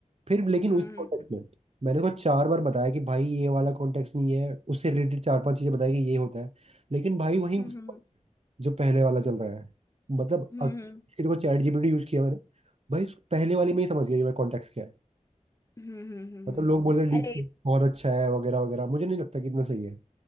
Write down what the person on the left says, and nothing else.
हम्म
हम्म
हम्म
हम्म
हम्म हम्म
हम्म हम्म, हम्म, हम्म,
हम्म,
हम्म।
अरे